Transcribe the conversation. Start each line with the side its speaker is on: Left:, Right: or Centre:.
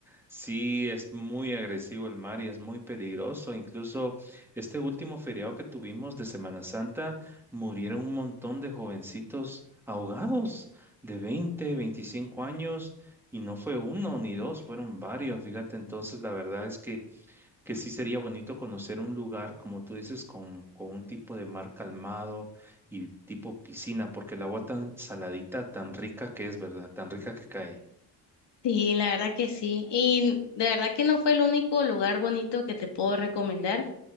Centre: sí es muy agresivo el mar y es muy peligroso. Incluso este último feriado que tuvimos de Semana Santa, murieron un montón de jovencitos ahogados de 20, 25 años y no fue uno ni dos, fueron varios. Fíjate, entonces la verdad es que que sí sería bonito conocer un lugar, como tú dices, con, con un tipo de mar calmado y tipo piscina, porque el agua tan saladita, tan rica que es, ¿verdad? Tan rica que cae.
Left: Sí, la verdad que sí. Y de verdad que no fue el único lugar bonito que te puedo recomendar.